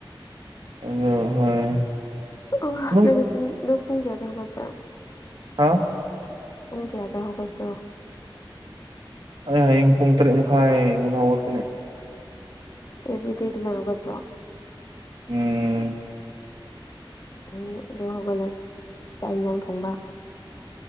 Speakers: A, on the right; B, on the left.
A: ꯑꯣ ꯍꯣꯏ
B: ꯑꯣ
A: ꯅꯪ
B: ꯅꯪꯗꯤ ꯄꯨꯡ ꯅꯪ ꯄꯨꯡ ꯀꯌꯥꯗꯣ ꯍꯧꯒꯠꯄ꯭ꯔꯥ
A: ꯍꯥ
B: ꯄꯨꯡ ꯀꯌꯥꯗ ꯍꯧꯒꯠꯄ꯭ꯔꯣ
A: ꯍ ꯍꯌꯦꯡ ꯄꯨꯡ ꯇꯔꯦꯠ ꯃꯈꯥꯏ ꯃꯅꯥ ꯑꯣꯠꯀꯅꯦ
B: ꯑꯦꯕꯤꯗꯤ ꯇꯃꯥꯏ ꯍꯧꯒꯄ꯭ꯔꯣ
A: ꯎꯝ
B: ꯌꯥꯅꯤ ꯑꯗꯨ ꯍꯧꯒꯠꯂ ꯆꯥꯛ ꯌꯦꯟꯁꯥꯡ ꯊꯣꯡꯕ